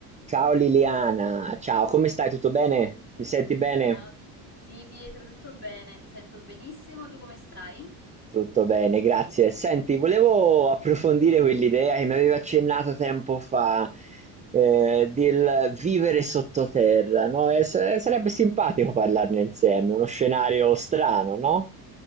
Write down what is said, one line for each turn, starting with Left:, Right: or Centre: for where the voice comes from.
Right: Ciao Liliana, ciao, come stai? Tutto bene? Mi senti bene?
Left: Ciao. Sì, Pietro, tutto bene? Ti sento benissimo, tu come stai?
Right: Tutto bene, grazie. Senti, volevo approfondire quell'idea che mi avevi accennato tempo fa, eh, del vivere sottoterra, no? E s- sarebbe simpatico parlarne insieme, uno scenario strano, no?